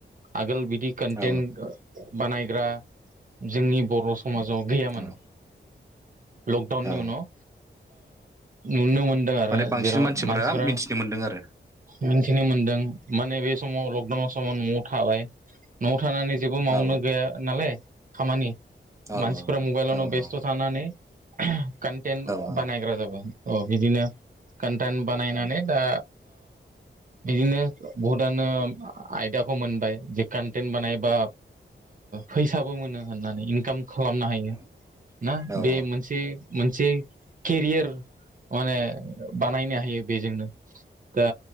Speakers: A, on the right; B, on the right.
A: आगोल बिदि कन्टेन
B: औ
A: बानाय जोंनि बर' समाजाव गैयामोन।
B: औ
A: लकडाउननि
B: औ
A: उनाव नुनो मोनदों आरो
B: माने बांसिन
A: जेराव मानसिफोरा
B: मिथिनो मोनदों आरो
A: मिथिनो मोनदों माने बे समाव लकडाउन समाव न'आव थाबाय न'आव थानानै जेबो मावनो
B: औ
A: गैया नालाय खामानि
B: औ
A: मानसिफ्रा मबाइलावननो
B: औ
A: बेस्थ'
B: औ नोंथां
A: थानानै कन्टेन्ट
B: औ
A: बानायग्रा जाबाय बिदिनो कान्टेन बानायनानै दा बिदिनो बहुद गोदानो आयदियाखौ मोनबाय जे कानटेन्ट बानायबा फैसाबो मोनो होननानै इनकाम खालामनो हायो
B: औ नोंथां औ
A: ना
B: औ औ
A: बे मोनसे मोनसे केरियार माने बानायनो हायो बेजोंनो दा